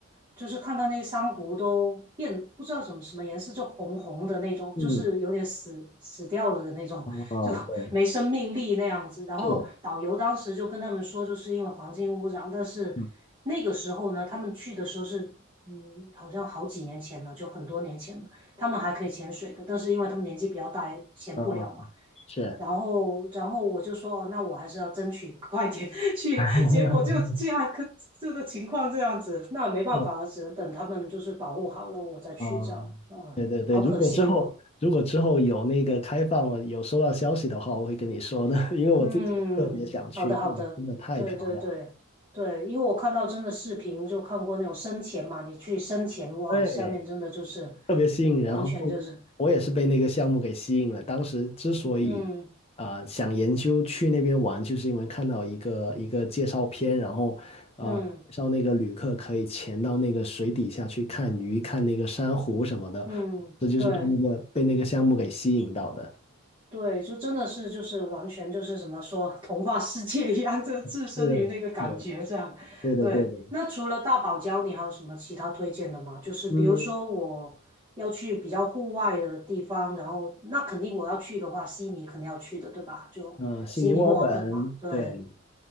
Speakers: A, on the right; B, on the left.
A: 就是看到那些珊瑚都变不知道什么什么颜色，就红红的那种，
B: 嗯。
A: 就是有点死死掉了的那种，
B: 哦，
A: 就
B: 对，
A: <laughs> 没生命力那样子。然后导游当时就跟他们说，
B: 是，
A: 就是因为环境污染。但是那个时候呢，
B: 嗯，
A: 他们去的时候是，嗯，好像好几年前了，就很多年前了。他们还可以潜水的，但是因为他们年纪比较大，也潜不了嘛。
B: 哦，是
A: 然后，然后我就说，哦那我还是要争取快点 <laughs> 去。
B: <laughs>，
A: 结果就这样，可这个情况这样子，那没办法了，
B: 是，
A: 只能等他们就是保护好了，我再去这样。
B: 哦，
A: 呃，
B: 对对对，
A: 好可惜哦。
B: 如果之后如果之后有那个开放，我有收到消息的话，我会跟你说的，<laughs> 因为我自己也特别想去，
A: 嗯，好的，好的，
B: 真的太漂亮了
A: 对对对对，因为我看到真的视频，就看过那种深潜嘛，你去深潜，哇，
B: 对，
A: 下面真的就是
B: 对。特别吸引人。
A: 完全就是，
B: 然后我也是被那个项目给吸引了。当时之所以
A: 嗯
B: 啊、呃想研究去那边玩，就是因为看到一个一个介绍片，然后啊、
A: 嗯
B: 呃介绍那个旅客可以潜到那个水底下去看鱼、看那个珊瑚什么的，
A: 嗯，
B: 这就是被那个被那个项目给吸引到的。
A: 对对，就真的是就是完全就是怎么说童话世界一样，就置身于那个感觉这样。
B: 是，是，对的，
A: 对，
B: 对的。
A: 那除了大堡礁，你还有什么其他推荐的吗？就是比如说我要去比较户外的地方，
B: 嗯，
A: 然后那肯定我要去的话，悉尼肯定要去的，对吧？就悉尼、
B: 嗯，悉尼、墨尔本，
A: 墨尔本嘛。对，
B: 对，